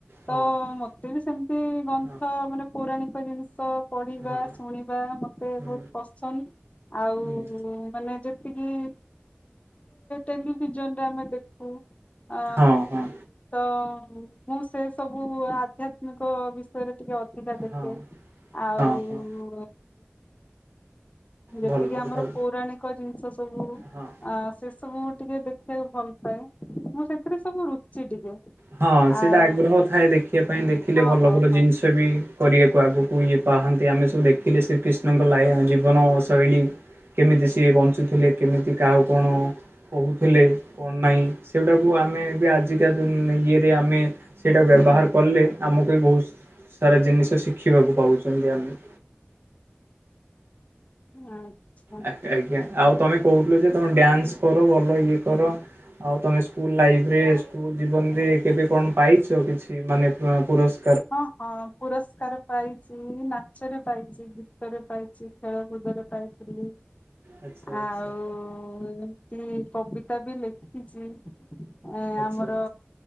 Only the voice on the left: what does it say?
ତ ମତେ ବି ସେମିତି ଗନ୍ଥ
ମାନେ ପୌରାଣିକ ଜିନିଷ ପଢିବା
ଶୁଣିବା ମତେ
ବହୁତ ପସନ୍ଦ। ଆଉ
ମାନେ ଯେ କି ଟେଲିଭିଜନରେ ଆମେ ଦେଖୁ। ଆଉ
ତ ମୁଁ ସେ ସବୁ ଆଧ୍ୟାତ୍ମିକ ବିଷ ବିଷୟ ରେ ଟିକେ ଅଧିକା ଦେଖେ।
ଆଉ
ଯେତିକି
ଆମର
ପୌରାଣିକ ଜିନିଷ ସବୁ
ଆ ସେ ସବୁ ଟିକେ ଦେଖେ। ଦେଖିଆକୁ ଭଲ ପାଏ ମୁଁ ସେଥିରେ ସବୁ ରୁଚି ଟିକେ।
ଆଉ
ହଁ
ହଁ
ହଁ।
ଆ ଚ୍ଛା
ହଁ, ହଁ ପୁରସ୍କାର। ପାଇଛି, ନାଚରେ ପାଇଛି, ଗୀତରେ ପାଇଛି, ଖେଳକୁଦରେ ପାଇଥିଲି।
ଆଉ ଏମିତି କବିତା ବି ଲେଖିଛି। ଏ
ଆମର